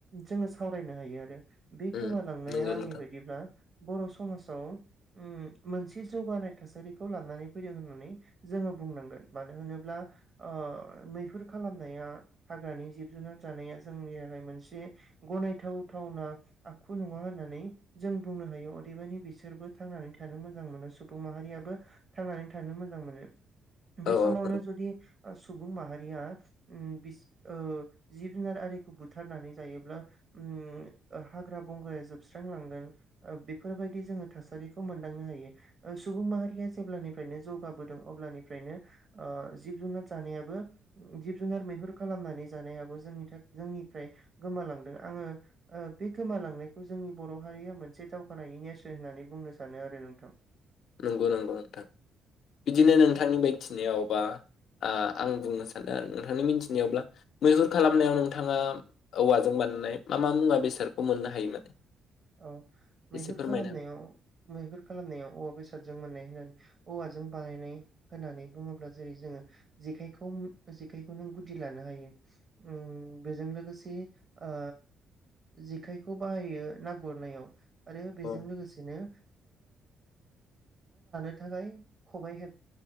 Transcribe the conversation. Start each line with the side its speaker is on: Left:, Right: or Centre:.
Right: जोङो सावरायनो हायो आरो बे
Left: उम
Right: गोमालांनाया
Left: नंगौ
Right: आंनि
Left: नोंथां
Right: बायदिब्ला बर' समाजाव उम मोनसे जौगानाय थासारिखौ लानानै फैदों होननानै जोङो बुंनांगोन मानो होनोब्ला ओ मैहुर खालामनाया हाग्रानि जिब जुनार जानाया जोंनि थाखाय मोनसे गनायथावथावना आखु नङा होननानै जों बुंनो हायो अदेबानि बिसोरबो थांनानै थानो मोजां मोनो सुबुं माहारियाबो थांनानै थानो मोजां मोनो बे
Left: औ
Right: समावनो
Left: औ
Right: जुदि सुबुं माहारिया उम बिस जिब जुनार आरिखौ बुथारनानै जायोब्ला उ हाग्रा बंग्राया जोब स्रां लांगोन ओ बि बेफोरबायदि जोङो थासारिखौ मोनदांनो हायो सुबुं माहारिया जेब्लानिफ्रायनो जौगाबोदों अब्लानिफ्रायनो ओ जिब जुनार जानायाबो जिब जुनार मैहुर खालामनानै जानायाबो जोंनि था जोंनिफ्राय गोमालांदों आङो बे गोमालांनायखौ जोंनि बर' हारिया मोनसे दावगानायनि नेेरसोन होननानै बुंनो सानो आरो नोंथां।
Left: नंगौ नंगौ नोंथां बिदिनो
Right: उम
Left: नोंथांनि मिथिनायाव बा ओ आं बुंनो सानदों आरो नोंथांनि मिथिनायावब्ला मैहुर खालामनायाव नोंथाङा औवाजों बानायनाय मा मा मुवा बेसादखौ मोननो हायो माने
Right: औ मैहुर
Left: एसे फोरमायनो
Right: खालामनायाव
Left: हागोन
Right: मैहुर खालामनायाव औ बे सादजों माने औवाजों बानायनाय होननानै बुङोब्ला जेरै जोङो जेखायखौ जेखायखौ नों गुदि लानो हायो। उम बेजों लोगोसे बे ओ जेखायखौ बायो गुरनाययाव आरो बेजों
Left: औ
Right: लोगोसेनो ओ खबाइ